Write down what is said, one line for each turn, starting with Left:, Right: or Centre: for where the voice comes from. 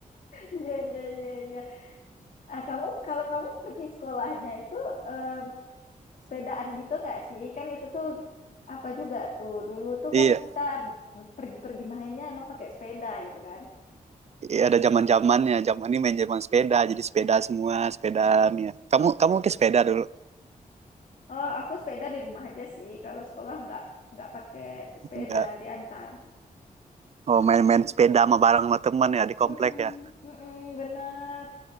Left: Iya, iya, iya, iya. Ah, kamu kalau kamu pergi sekolahnya itu em, sepedaan gitu nggak sih? Kan itu tuh apa juga tuh. Dulu tuh
Right: Iya,
Left: kan kita pergi-pergi mainnya emang pakai sepeda gitu kan.
Right: iya, ada zaman-zamannya. Zaman ini main zaman sepeda, jadi sepeda semua, sepedaan ya. Kamu kamu ke sepeda dulu?
Left: Oh, aku sepeda di rumah aja sih. Kalau sekolah nggak nggak pakai sepeda,
Right: Enggak.
Left: diantar.
Right: Oh, main-main sepeda sama bareng sama teman ya di
Left: Mm-mm,
Right: komplek ya.
Left: mm-mm, bener.